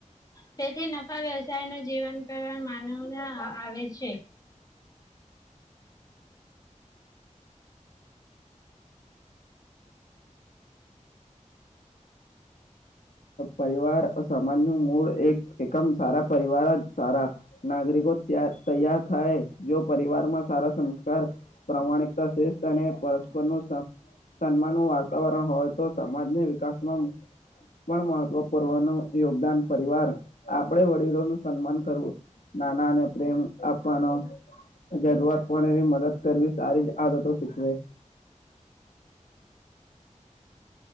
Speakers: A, on the left (about 30°); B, on the left (about 80°).
A: તેથી નફા વ્યવસાય નુ જીવન માનવ આવે છે.
B: પરિવાર સમાજ નું મૂળ એક એકમ સારા પરિવાર જ સારા નાગરિકો ત તૈયાર થાય જો પરિવારમાં સારા સંસ્કાર પ્રામાણિકતા શ્રેષ્ઠ અને પરસ્પર નું સ સન્માન નું વાતાવરણ હોય તો સમાજને વિકાસમાં પણ મહત્વપૂર્વા ન યોગદાન પરિવાર આપણે વડીલો નું સન્માન કરવું ના, ના ને પ્રેમ આપવાનો જરૂરત પડે એની મદદ કરવી સારી જ આદતો શીખવે